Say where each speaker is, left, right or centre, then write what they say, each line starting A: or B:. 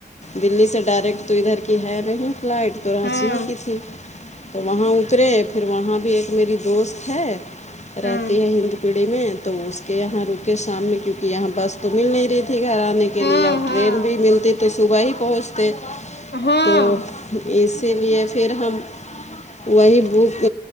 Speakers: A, on the left; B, on the left.
A: دلی سے ڈائریکٹ تو ادھر کی ہے نہیں فلائٹ تو رانچی
B: ہاں ہاں
A: ہی کی تھی تو وہاں اترے پھر وہاں بھی ایک میری دوست ہے
B: ہاں
A: رہتی ہے ہند پیڑھی میں تو اس کے یہاں رکے شام میں کیونکہ یہاں بس تو مل نہیں رہی تھی گھر آ نے کے
B: ہاں
A: لیے اور
B: ہاں
A: ٹرین بھی ملتی تو صبح ہی پہنچتے
B: ہاں
A: تو اسی لیے پھر ہم وہی بک